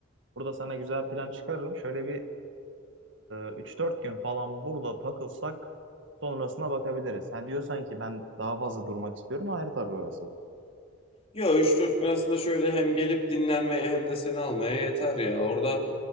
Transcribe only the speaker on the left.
Yo üç dört gün aslında şöyle hem gelip dinlenmeye hem de seni almaya yeter ya. Orada